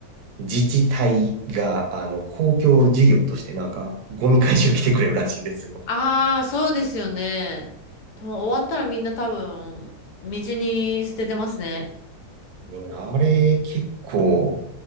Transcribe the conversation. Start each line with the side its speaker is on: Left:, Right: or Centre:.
Right: 自治体が、あの、公共事業としてなんか、ゴミ回収来てくれるらしいんですよ。
Left: ああ、そうですよね。多分終わったらみんな多分、道に捨ててますね。
Right: ね、あれ、結構、